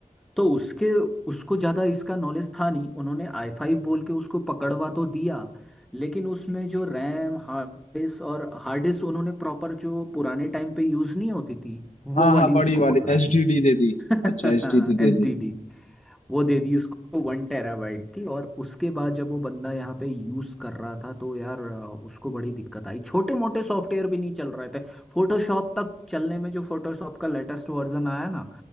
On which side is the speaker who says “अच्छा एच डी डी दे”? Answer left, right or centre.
Left